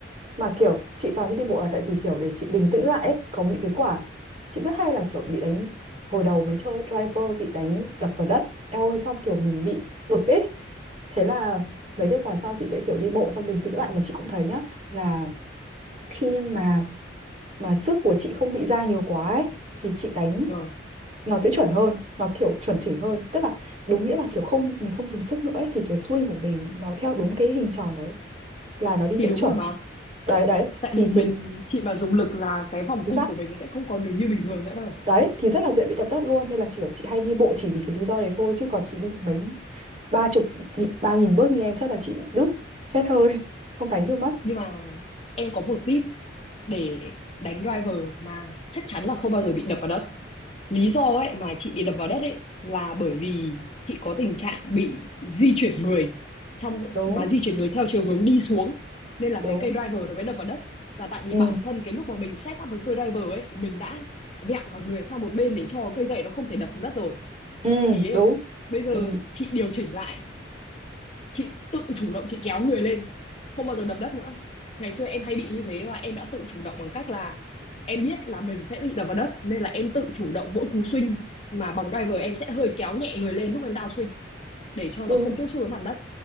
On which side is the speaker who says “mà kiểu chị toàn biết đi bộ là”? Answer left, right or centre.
Right